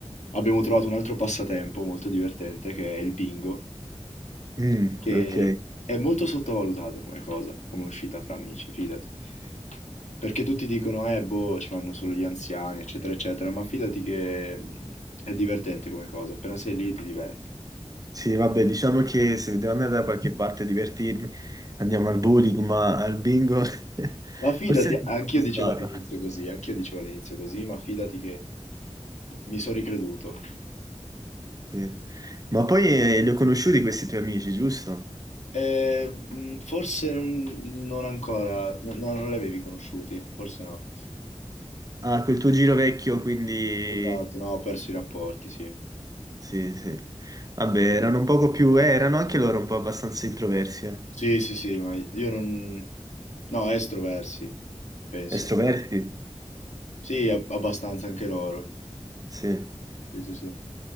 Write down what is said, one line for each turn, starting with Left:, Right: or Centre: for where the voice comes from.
Left: abbiamo trovato un altro passatempo molto divertente che è il bingo
Right: Mm,
Left: che
Right: ok.
Left: è molto sottovalutata come cosa, come uscita fra amici, fidati. Perché tutti dicono, eh, boh, ci vanno solo gli anziani, eccetera, eccetera, ma fidati che mh, è divertente come cosa, appena sei lì ti diverti.
Right: Sì, vabbè, diciamo che se devo andare da qualche parte a divertirmi, andiamo al bowling, ma al bingo <laughs>
Left: Ma fidati,
Right: forse
Left: anch'io
Right: non sono
Left: dicevo
Right: stato.
Left: all'inizio così, anch'io dicevo all'inizio così, ma fidati che mi sono ricreduto.
Right: Sì. Ma poi eh, li ho conosciuti questi tuoi amici, giusto?
Left: Eh, mh, forse non, non ancora, no, no, non li avevi conosciuti, forse no.
Right: Ah, quel tuo giro vecchio, quindi...
Left: Esatto, no, ho perso i rapporti, sì.
Right: Sì, sì. Vabbè, erano un poco più... eh, erano anche loro un po' abbastanza introversi. eh.
Left: Sì, sì, sì, ma io non... No, estroversi, penso.
Right: Estroversi?
Left: Sì, ab- abbastanza anche loro.
Right: Sì.
Left: Sì, sì, sì.